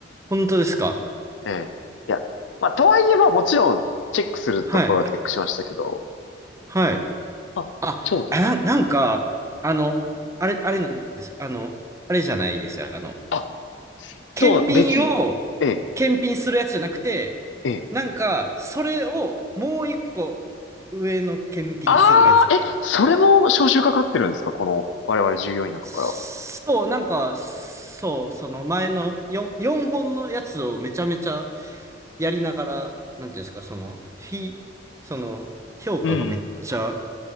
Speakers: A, on the right; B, on the left.
A: 本当ですか
B: ええ。いや、まあ、とはいえ、まあ、もちろん、チェックするところはチェックしましたけど、
A: はい。はい。
B: まあ、
A: あ、
B: そうです。
A: な、なんか、あの、あれ、あれなんです。あの、あれじゃないですよ。あの、
B: あ、
A: 検品を
B: そう、別、ええ、
A: 検品するやつじゃなくて、
B: ええ。
A: なんか、それをもう一個上の検品するやつみたいな。
B: ああ、え、それも招集かかってるんですかこの、我々従業員の中から。
A: そう、なんか、そう、その前の 4, 4本のやつをめちゃめちゃやりながら、なんていうんですか、その、ひ、その、評価がめっちゃ、
B: うん。